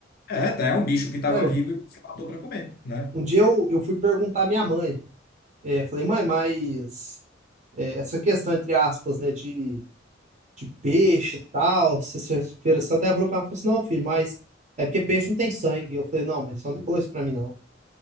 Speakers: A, on the left; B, on the right.
A: É, tá, é um bicho que estava
B: Cara,
A: vivo e você matou para comer, né?
B: Um dia eu, eu fui perguntar à minha mãe. É, falei, mãe, mas é, essa questão, entre aspas, né, de, de peixe e tal, se sexta-feira santa, ela virou pra mim e falou assim, não, filho, mas é porque peixe não tem sangue. Eu falei, não, mas só não falou isso pra mim, não.